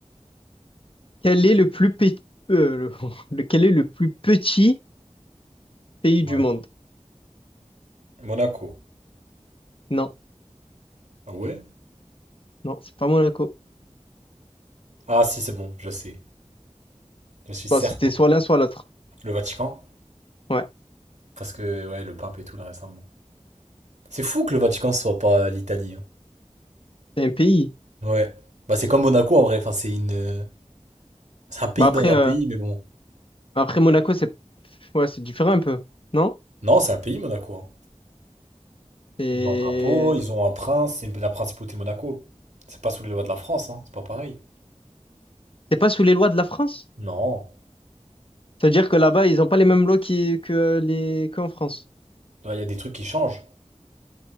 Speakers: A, on the left; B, on the right.
A: Quel est le plus, pe- euh, le- <laughs> lequel est le plus petit pays du
B: Ouais.
A: monde?
B: Monaco.
A: Non,
B: Ah Ouais.
A: non, c'est pas Monaco.
B: Ah si, c'est bon, je sais. Je suis certain.
A: Bon, c'était soit l'un, soit l'autre.
B: Le Vatican.
A: Ouais,
B: Parce que, ouais, le pape et tout, là, récemment. C'est fou que le Vatican soit pas euh, l'Italie. hein.
A: c'est un pays.
B: Ouais. Bah, c'est comme Monaco, en vrai. Enfin, c'est une... euh, C'est un pays
A: Mais après,
B: dans un
A: euh,
B: pays, mais bon.
A: mais après Monaco, c'est ouais, c'est différent un peu, non?
B: Non, c'est un pays, Monaco. hein.
A: C'est
B: Ils ont un drapeau, ils ont un prince. C'est une- la principauté Monaco. C'est pas sous les lois de la France, hein. C'est pas pareil.
A: c'est pas sous les lois de la France?
B: Non.
A: Ça veut dire que là-bas, ils n'ont pas les mêmes lois qui- que les qu'en France.
B: Là, Il y a des trucs qui changent.